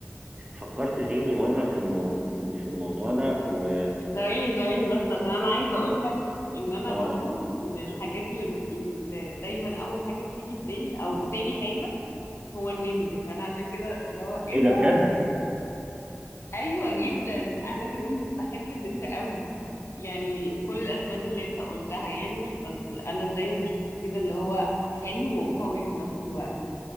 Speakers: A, on the right; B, on the left.
A: فكرت تاني مرة في المو... في في الموضوع ده و
B: ثواني ثواني بس عشان انا عايزه اقولك ان انا
A: اه
B: برضو من الحاجات اللي اللي دايما اول حاجه بتيجي في بالي او تاني حاجه هو النمر فانا عشان كده اللي هو ايه
A: ايه ده
B: ده
A: بجد
B: ايوه جدا انا كمان بحب النمر قوي يعني كل الأسباب اللي أنت قلتها يعني بس أنا دايما بشوفه كده اللي هو حلو وقوي في نفس الوقت